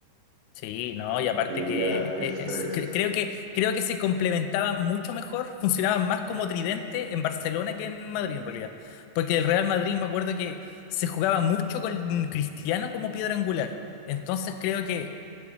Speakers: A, on the left; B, on the right.
A: Sí, no,
B: Así
A: y
B: que
A: aparte
B: te diría
A: que
B: que
A: eh,
B: esos
A: es-
B: tres
A: cre- creo que creo que se complementaban mucho mejor, funcionaban más como tridente en Barcelona que en Madrid en realidad, porque el Real Madrid me acuerdo que se jugaba mucho con Cristiano como piedra angular. Entonces creo que